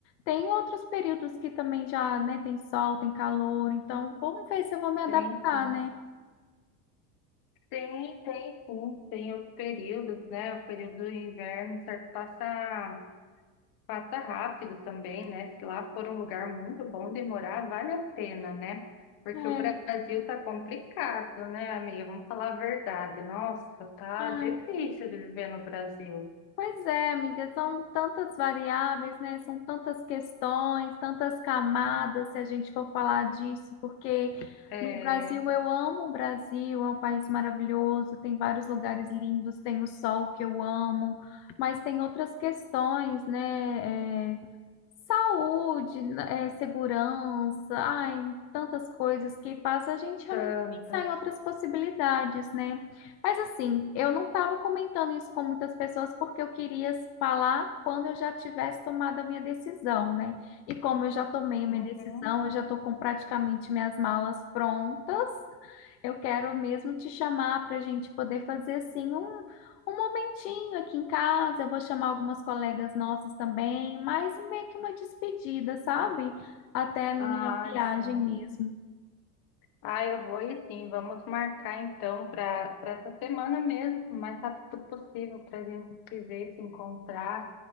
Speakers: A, on the left (about 80°); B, on the left (about 45°).
A: tem outros períodos que também já, né, tem sol, tem calor. Então, vamos ver se eu vou me adaptar,
B: tem, tem,
A: né?
B: tem, tem, sim, tem os períodos, né? O período do inverno, certo? Passa. Passa rápido também, né? Se lá for um lugar muito bom de morar, vale a pena, né? Porque
A: É,
B: o Brasil tá complicado, né, amiga? Vamos falar a verdade. Nossa, tá
A: ai,
B: difícil de viver no Brasil.
A: Pois é, amiga, são tantas variáveis, né? São tantas questões, tantas camadas, se a gente for falar disso, porque
B: É,
A: no Brasil eu amo o Brasil, é um país maravilhoso, tem vários lugares lindos, tem o sol que eu amo, mas tem outras questões, né? É, saúde, né, é, segurança, ai, tantas coisas que faz a gente realmente
B: tantas.
A: pensar em outras possibilidades, né? Mas assim, eu não estava comentando isso com muitas pessoas porque eu queria falar quando eu já tivesse tomado a minha decisão, né? E como eu já tomei
B: Uhum.
A: a minha decisão, eu já estou com praticamente minhas malas prontas, eu quero mesmo te chamar para a gente poder fazer assim um, um momentinho aqui em casa. Eu vou chamar algumas colegas nossas também, mais um- meio que uma despedida, sabe? Até a minha
B: Ai,
A: viagem
B: sim.
A: mesmo.
B: Ai, eu vou e sim. Vamos marcar então para para essa semana mesmo, o mais rápido possível, para a gente se ver, se encontrar,